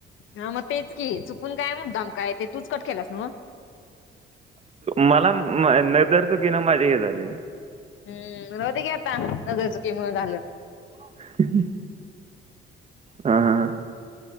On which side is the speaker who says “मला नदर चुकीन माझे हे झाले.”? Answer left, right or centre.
Right